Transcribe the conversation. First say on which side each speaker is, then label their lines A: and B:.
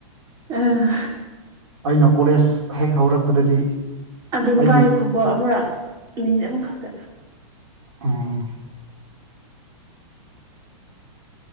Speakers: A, on the right; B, on the right.
A: ꯑ
B: ꯑꯩꯅ ꯀꯣꯂꯦꯖ ꯍꯦꯛ ꯍꯧꯔꯛꯄꯗꯗꯤ
A: ꯑꯗꯨꯝ
B: ꯑꯩꯒꯤ
A: ꯄꯥꯏꯌꯣ ꯈꯨꯀꯣ ꯑꯃꯨꯔꯛ ꯃꯤꯅꯤꯠ ꯑꯃꯈꯛꯇ
B: ꯎꯝ